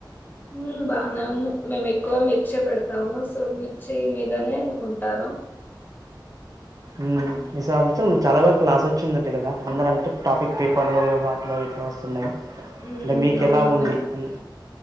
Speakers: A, on the left; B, on the right.
A: ఊ బానే ఉన్నాయ్ మేము ఎక్కువ మిర్చి పెడతాము సో మిర్చి మీదనే ఉంటారు
B: మ్మ్ ఈ సంవత్సరం చాలా వరకు లాస్ వచ్చిందట్టటు కదా అందరు అంటే టాపిక్ పేపర్లో వాటిలో ఎట్లా వస్తున్నాయి
A: ఉమ్
B: అట్ల మీకు
A: అవునవును
B: ఎలా ఉంది అని